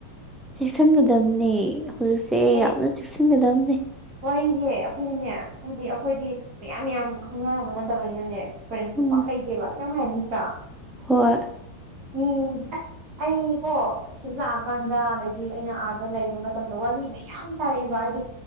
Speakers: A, in the centre; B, on the right.
A: ꯆꯦꯛꯁꯤꯟꯒꯗꯝꯕꯅꯦ ꯍꯧꯖꯤꯛꯁꯦ
B: ꯍꯥꯏꯗꯤ
A: ꯌꯥꯝꯅ ꯆꯦꯛꯁꯤꯟꯒꯗꯝꯅꯦ
B: ꯋꯥꯔꯤꯁꯦ ꯑꯩꯈꯣꯏꯗꯤꯅꯦ ꯍꯥꯏꯗꯤ ꯑꯩꯈꯣꯏꯗꯤ ꯃꯌꯥꯝ ꯌꯥꯝ ꯈꯪꯅꯔꯕ ꯅꯠꯇꯕꯅꯤꯅꯅꯦ ꯑꯦꯔꯦꯟꯁꯇꯣ
A: ꯎꯝ
B: ꯄꯥꯛ ꯂꯩꯇꯦꯕ ꯁ ꯍꯥꯏꯔ ꯅꯠꯇ꯭ꯔꯥ
A: ꯍꯣꯏ
B: ꯃꯤ ꯑ꯭ꯁ ꯑꯩꯀꯣ ꯁꯤꯗ ꯂꯥꯛꯑꯀꯥꯟꯗ ꯑꯗꯒꯤ ꯑꯩꯅ ꯑꯥꯗ ꯂꯩꯕ ꯃꯇꯝꯗ ꯋꯥꯔꯤ ꯃ ꯌꯥꯝ ꯇꯥꯔꯛꯑꯦꯕ ꯍꯥꯏꯗꯤ